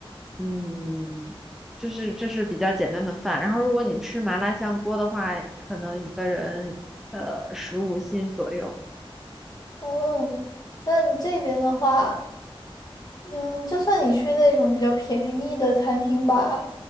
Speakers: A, in the centre; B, on the left.
A: 嗯，就是这是比较简单的饭。然后如果你吃麻辣香锅的话，可能一个人呃十五斤左右。
B: 哦 <laughs> 嗯，那这边的话。嗯，就算你去那种比较便宜的餐厅吧，